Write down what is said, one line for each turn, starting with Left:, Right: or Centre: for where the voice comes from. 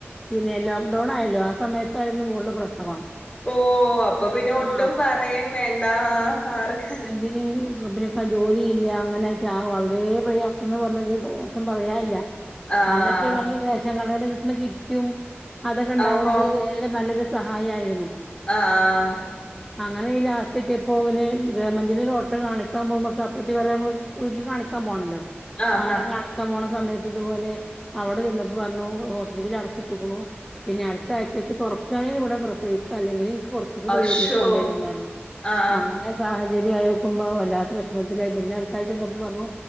Centre: പിന്നെ ലോക്ക് ഡൌൺ ആയല്ലോ, ആഹ് സമയത്തായിരുന്നു മോള് പ്രസവം.
Left: ഓഹ് അപ്പൊ പിന്നെ ഒട്ടും
Centre: ആഹ്
Left: പറയാൻ വേണ്ട ആഹ് ആർക്ക്.
Centre: അതിന് എന്നാ പിന്നെ ജോലിയില്ല അങ്ങനെ ആയിട്ട് ആഹ് വളരെ പ്രയാസം എന്നുപറഞ്ഞാൽ ഈ പ്രയാസം പറയാനില്ല.
Left: ആഹ്
Centre: അന്നൊക്കെ പറഞ്ഞു റേഷൻ കടേന്ന് കിട്ടണം കിറ്റും അതൊക്കെ ഇണ്ടാവുകൊണ്ട്.
Left: ഓഹോ
Centre: അത് നല്ലൊരു സഹായമായിരുന്ന കേട്ടോ.
Left: ആഹ്
Centre: അങ്ങനെ ഈ ലാസ്റ്റ് എത്തിയെപ്പോ പിന്നെ ഗവൺമെന്റിലെ ഡോക്ടറെ കാണി ക്കാൻ പോവുമ്പോ സപ്രൈറ്റ് വേറെ നമ്മള് വീട്ടില് കാണിക്കാൻ പോണല്ലോ
Left: ആഹാ
Centre: അങ്ങനെ കാണി ക്കാൻ പോണ് സമയത്ത് ഇതുപോലെ അവിടെ ചെന്നപ്പോ പറഞ്ഞു ഹോസ്പിറ്റലിൽ അടച്ച് ഇട്ടേക്കേണ്. പിന്നെ അടുത്ത ആഴ്ചയ്ക്ക് തൊറക്ക് ആണേൽ ഇവിടെ പ്രസവിക്കാ അല്ലെങ്കിലേ പുറ ത്തിക്ക്
Left: അശ്ശോ
Centre: പ്രൈവറ്റിക്ക് പോണ്ടേ വരുമെന്ന് പറഞ്ഞു,
Left: ആഹ്
Centre: അങ്ങനെ സാഹചര്യം ആയോക്കുമ്പോ വല്ലാത്ത. ഒക്കെ വിഷമത്തിലായി പിന്നെ അടുത്താഴ്ച്ച ചെന്നപ്പോ പറഞ്ഞു